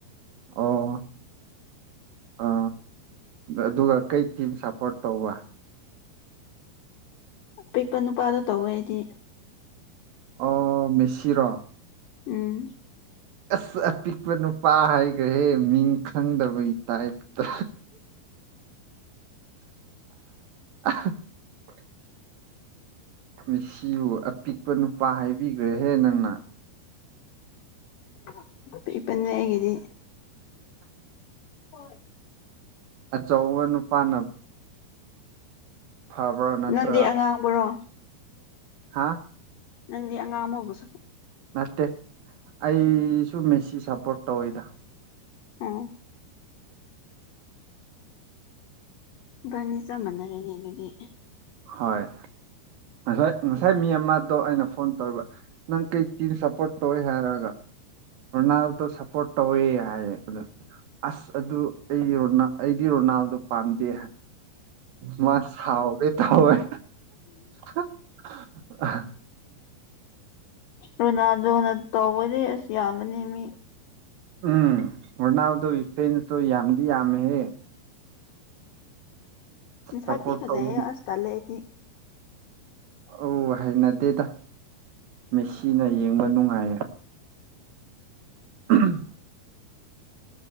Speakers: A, on the left; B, on the right.
A: <inaudible>
B: ꯑꯣ ꯑ ꯑꯗꯨꯒ ꯀꯩ ꯇꯤꯝ ꯁꯞꯄꯣꯔꯠ ꯇꯧꯕ
A: ꯑꯄꯤꯛꯄ ꯅꯨꯄꯥꯗꯣ ꯇꯧꯋꯦ ꯑꯩꯗꯤ
B: ꯑꯣ ꯃꯦꯁꯤꯔꯣ
A: ꯎꯝ
B: ꯑꯁ ꯑꯄꯤꯛꯄ ꯅꯨꯄꯥ ꯍꯥꯏꯈ꯭ꯔꯍꯦ ꯃꯤꯡ ꯈꯪꯗꯕꯒꯤ ꯇꯥꯏꯞꯇ <unintelligible> ꯃꯤꯁꯤꯕꯨ ꯑꯄꯤꯛꯄ ꯅꯨꯄꯥ ꯍꯥꯏꯕꯤꯈ꯭ꯔꯦꯍꯦ ꯅꯪꯅ
A: <unintelligible> ꯄꯤꯛꯄꯅꯦ ꯑꯩꯒꯤꯗꯤ ꯍꯣꯏ
B: ꯑꯆꯧꯕ ꯅꯨꯄꯥꯅ ꯐꯥꯕꯔ ꯅꯠꯇ꯭ꯔꯒ
A: ꯅꯪꯗꯤ ꯑꯉꯥꯡꯕꯔꯣ
B: ꯍꯥꯥ
A: ꯅꯪꯗꯤ ꯑꯉꯥꯡ ꯐꯕꯨꯁꯨ
B: ꯅꯠꯇꯦ ꯑꯩꯁꯨ ꯃꯦꯁꯤ ꯁꯞꯄꯣꯔꯠ ꯇꯧꯋꯤꯗ
A: ꯑꯣ ꯏꯕꯅꯤ ꯆꯞ ꯃꯅꯔꯦꯅꯤ ꯑꯗꯨꯗꯤ
B: ꯍꯣꯏ ꯉꯁ ꯉꯁꯥꯏ ꯃꯤ ꯑꯃꯗꯣ ꯑꯩꯅ ꯐꯣꯟ ꯇꯧꯔꯤꯕ ꯅꯪ ꯀꯩ ꯇꯤꯝ ꯁꯄꯣꯔꯠ ꯇꯧꯋꯦ ꯍꯥꯏꯔꯒ ꯔꯣꯅꯥꯜꯗꯣ ꯁꯄꯣꯔꯠ ꯇꯧꯋꯦ ꯍꯥꯏ ꯑꯁ ꯑꯗꯨ ꯑꯩꯗꯤ ꯔꯣꯅꯥꯜꯗꯣ ꯄꯥꯝꯗꯦ ꯃꯥ ꯁꯥꯎꯒꯦ ꯇꯧꯏ <unintelligible>
A: ꯔꯣꯅꯥꯜꯗꯣꯅ ꯇꯧꯕꯗꯤ ꯑꯁ ꯌꯥꯝꯕꯅꯦ ꯃꯤ
B: ꯎꯝ ꯔꯣꯅꯥꯜꯗꯣꯒꯤ ꯐꯦꯟꯇꯣ ꯌꯥꯝꯗꯤ ꯌꯥꯃꯦ ꯍꯦ
A: ꯁꯃꯁꯛꯇꯤ
B: ꯁꯞꯄꯣꯔꯠ
A: ꯐꯖꯩꯍꯦ
B: ꯇꯧ
A: ꯑꯁ ꯇꯥꯜꯂꯦ ꯑꯩꯗꯤ
B: ꯑꯣ ꯍꯩꯅꯗꯦꯗ ꯃꯦꯁꯤꯅ ꯌꯦꯡꯕ ꯅꯨꯡꯉꯥꯏꯌꯦ <unintelligible>